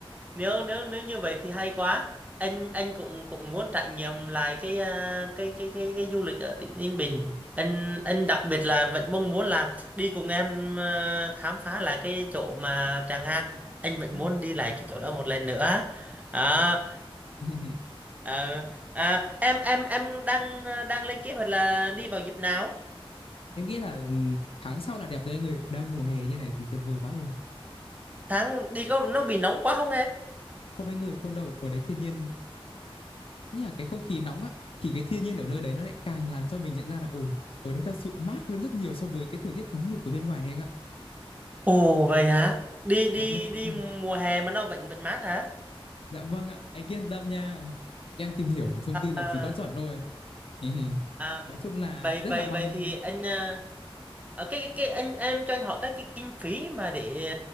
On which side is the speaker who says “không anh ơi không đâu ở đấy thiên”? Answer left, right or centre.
Left